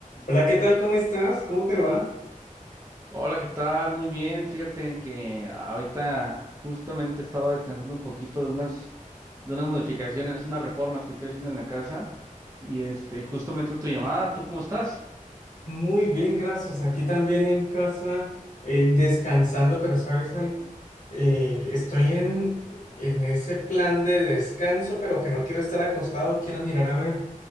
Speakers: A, on the left (about 65°); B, on the right (about 20°).
A: Hola, ¿qué tal? ¿Cómo estás? ¿Cómo te va?
B: Hola, ¿qué tal? Muy bien. Fíjate que ahorita justamente estaba descansando un poquito de unas, de unas modificaciones, unas reformas que estoy haciendo en la casa y este, justo me entró tu llamada. ¿Tú cómo estás?
A: Muy bien, gracias. Aquí también en casa, eh, descansando, pero ¿sabes algo? Eh, estoy en, en ese plan de descanso, pero que no quiero estar acostado, quiero mirar a ver